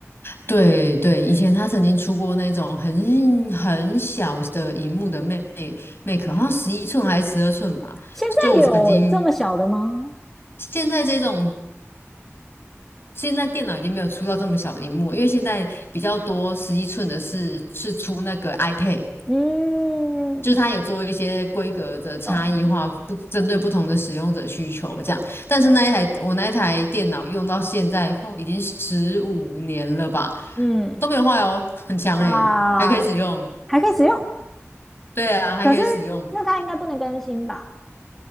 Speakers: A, on the left; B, in the centre.
A: 对对，以前他曾经出过那种很很小的荧幕的 Mac Mac，好像十一寸还是十二寸吧。
B: 现在有这么小的吗？
A: 就我曾经现在这种现在电脑已经没有出到这么小的荧幕，因为现在比较多十一寸的是是出那个 iPad，
B: 嗯，
A: 就是它有做一些规格的差异化，
B: 懂
A: 不针对不同的使用者需求这样。但是那一台我那一台电脑用到现在后、
B: 懂，
A: 哦、已经十五年了吧，
B: 嗯，
A: 都没有坏哦，很强诶、
B: 哇，
A: 欸还可以使用。
B: 还可以使用，
A: 对啊，还可以使用。
B: 可是那它应该不能更新吧？